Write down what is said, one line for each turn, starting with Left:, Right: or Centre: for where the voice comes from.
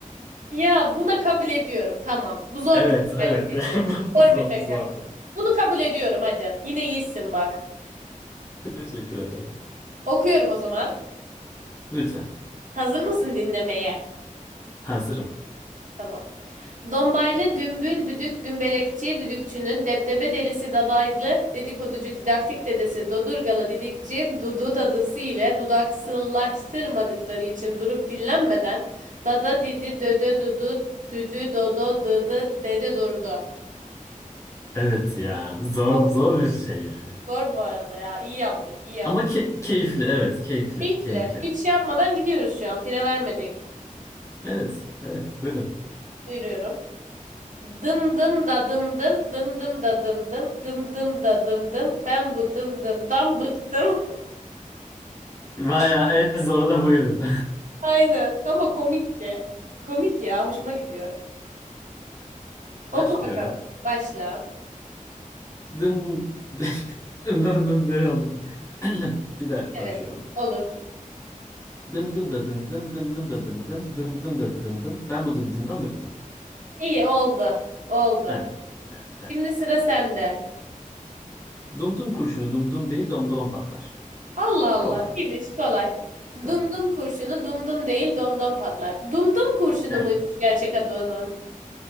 Right: Ya buna kabul ediyorum. Tamam. Bu zor
Left: Evet,
Right: bir tekerleme.
Left: evet. <laughs> Bu
Right: Zor
Left: zor,
Right: bir teker.
Left: bu zordu.
Right: Bunu kabul ediyorum hadi. Yine iyisin bak.
Left: Teşekkür ederim.
Right: Okuyorum o zaman.
Left: Lütfen.
Right: Hazır mısın dinlemeye?
Left: Hazırım.
Right: Tamam. Dombaylı dümbül düdük dümbelekçi düdükçünün depdebe delisi dadaylı dedikoducu didaktik dedesi dodurgalı didikçi dudu dadısı ile dudaksızlaştırmadıkları için durup dinlenmeden dada didi dödö dudu düdü dodo dıdı dede durdu.
Left: Evet ya. Zor
Right: Çok
Left: zor bir şey yani.
Right: Zor bu arada ya. İyi yaptık, iyi yaptık.
Left: Ama ke- keyifli. Evet, keyifli.
Right: Keyifle.
Left: Keyifli.
Right: Hiç yapmadan gidiyoruz şu an. Fire vermedik.
Left: Evet, evet. Buyurun.
Right: Buyuruyorum. Dım dım da dım dım, dım dım da dım dım, dım dım da dım dım. Ben bu dım dımdan bıktım.
Left: Bayağı en zoru da buydu.
Right: <laughs> Aynen. Ama komikti. Komik ya. Hoşuma gidiyor.
Left: <laughs> Başlıyorum.
Right: Oku bakalım. Başla.
Left: Dım <laughs> dım dım dım dım. <clears throat> Bir de
Right: Evet.
Left: başlıyorum.
Right: Olur.
Left: Dım dım da dım dım dım dım da dım dım dım dım da dım dım. Ben bu dım dımdan bıktım.
Right: İyi oldu. Oldu.
Left: Evet. Evet. evet.
Right: Şimdi sıra sende.
Left: Dum dum kurşunu dum dum değil dom dom patlar.
Right: Allah Allah.
Left: Kolay.
Right: İyiymiş. Kolay.
Left: Kolay.
Right: Dumdum kurşunu dumdum değil domdom patlar. Dumdum kurşunu
Left: Evet.
Right: muymuş gerçek adı onun?